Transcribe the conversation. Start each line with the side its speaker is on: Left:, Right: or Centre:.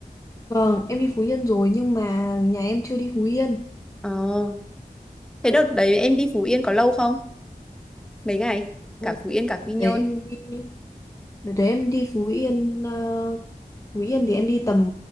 Left: Vâng, em đi Phú Yên rồi nhưng mà nhà em chưa đi Phú Yên.
Centre: Ờ Thế đợt đấy em đi Phú Yên có lâu không? Mấy ngày?
Left: Ừ.
Centre: Cả Phú Yên cả Quy
Left: Đợt
Centre: Nhơn.
Left: đấy em đi đợt đấy em đi Phú Yên ờ, Phú Yên thì em đi tầm